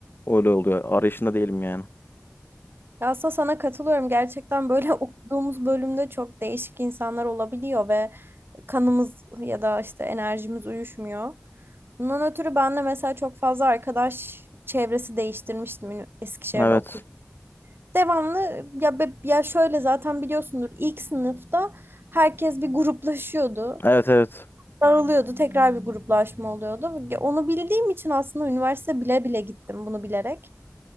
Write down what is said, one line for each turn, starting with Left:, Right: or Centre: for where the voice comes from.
Left: öyle oluyor. Arayışında değilim yani.
Right: Ya Aslında sana katılıyorum. Gerçekten böyle <laughs> okuduğumuz bölümde çok değişik insanlar olabiliyor ve kanımız ya da işte enerjimiz uyuşmuyor. Bundan ötürü ben de mesela çok fazla arkadaş çevresi değiştirmiştim ünü- Eskişehir'de
Left: Evet.
Right: okurken. devamlı ya be- ya şöyle zaten biliyorsundur ilk sınıfta herkes bir gruplaşıyordu.
Left: Evet evet.
Right: Daralıyordu, tekrar bir gruplaşma oluyordu. Onu bildiğim için aslında üniversite bile bile gittim bunu bilerek.